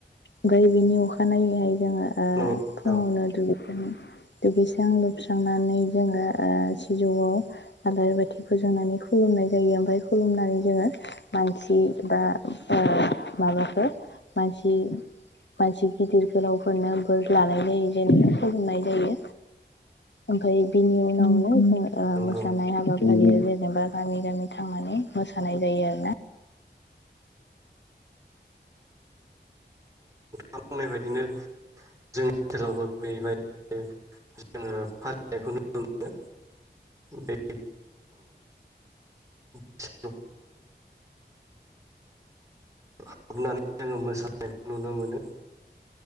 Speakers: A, on the left; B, on the right.
A: ओमफ्राय बिनि अखानायैहाय जोङो ओ
B: नंगौ
A: फुङावनो
B: नोंथां
A: दुगैखां दुगैस्रां लोबस्रांनानै जोङो ओ सिजौआव आलारि बाथि फोजोंनानै खुलुमनाय जायो ओमफ्राय खुलुमनानै जोङो मानसि बा ओ माबाखो मानसि मानसि गिदिर गोलावफोरनो बोर लानाय जायो जेन खुलुमनाय जायो ओमफ्राय बिनि उनावनो जों ओ
B: नंगौ
A: मोसानाय हाबा फालियो जेनेबा गामि गामि थांनानै मोसानाय जायो आरो ना
B: बुंनाय बायदिनो जोंनि ओनसोलावबो बेबायदि जोङो फालिनायखौ नुनो मोनो बे <inaudible> हाबनानै जोङो मोसानायखौ नुनो मोनो।